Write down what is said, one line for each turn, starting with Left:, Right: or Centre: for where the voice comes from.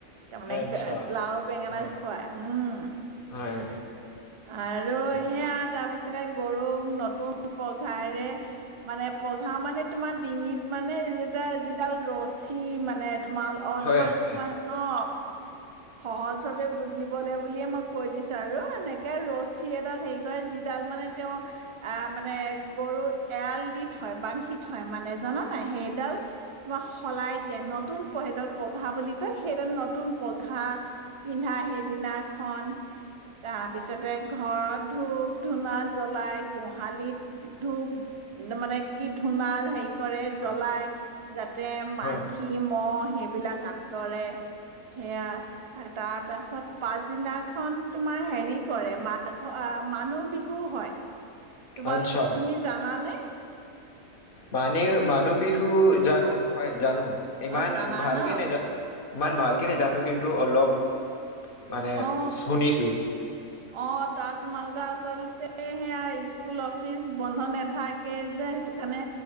Right: তাৰ মানে
Left: আচ্ছা
Right: লাও বেঙেনা
Left: হয়
Right: খুৱায় উম
Left: হয়
Right: আৰু
Left: অ
Right: সেয়া তাৰপিছতে গৰুক নতুন পঘাৰে মানে পঘা মানে তোমাৰ ডিঙিত মানে যিডাল যিডাল ৰছী মানে তোমাৰ অ
Left: হয়
Right: তোমাক
Left: হয়
Right: পোৱা অ সহজ ভাবে বুজিবলে বুলিয়ে মই কৈ দিছো আৰু এনেকে ৰছী এডাল হেৰি কৰে যিডাল মানে তেওঁ আহ মানে গৰু এৰাল দি থয় বান্ধি থয় মানে জান নাই সেইডাল তোমাক সলাই দিয়ে নতুন কৈ সেইডাল পঘা বুলি কয় সেইডাল নতুন পা ঘাঁ পিন্ধা সেইদিনাখন তাৰপিছতে ঘৰত ধূপ ধূনা জ্বলাই গোহালিত ধূপ মানে কি ধুনা হেই কৰে জ্বলাই
Left: অ
Right: যাতে মাখি
Left: হয়
Right: মহ সেই বিলাক আঁতৰে সেয়া তাৰ পাছত পাছদিনাখন তোমাৰ হেৰি কৰে মাঘ মানুহ বিহু হয় তোমাল
Left: আচ্ছা
Right: তুমি জানানে
Left: মানে মানুহ বিহু জানো হয় জানো ইমান
Right: অ জানা
Left: ভালকে
Right: ন
Left: নেজানো ইমান ভালকে
Right: উম,
Left: নোজানো কিন্তু টো অলপ মানে
Right: অ
Left: শুনিছো
Right: অ তাত তোমালোকে আচল সেয়া স্কুল অফিচ বন্ধ নাথাকে যে সেইটো কাৰণে